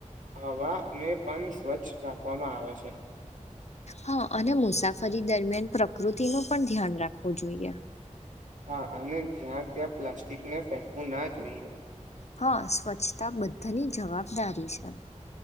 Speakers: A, on the right; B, on the left.
A: હવાને પણ સ્વચ્છ રાખવામાં આવે છે.
B: હા અને મુસાફરી દરમિયાન પ્રકૃતિ નો પણ ધ્યાન રાખવું જોઈએ.
A: હા અને જ્યાં ત્યાં પ્લાસ્ટિકને ફેંસવું ના જોઈએ.
B: હા સ્વચ્છતા બધાની જવાબદારી છે.